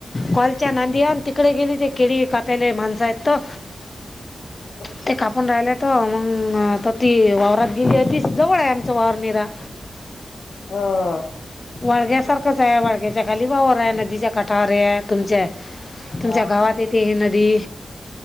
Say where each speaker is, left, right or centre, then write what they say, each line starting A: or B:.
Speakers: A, on the left; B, on the left.
A: कॉलच्या नांदी त इकडे गेली ते केळी काप्याले माणस आहेत त
B: ह
A: ते कापून राहिलंयत मग आता ती वावरात गेली ती जवळ आहे आमचा वावर निरा
B: ह
A: वाळघ्या सारखंच आहे वाळग्याच्या खाली वावर आहे नदीच्या कठारे आहे तुमच्या तुमच्या
B: हा
A: गावात येते हे नदी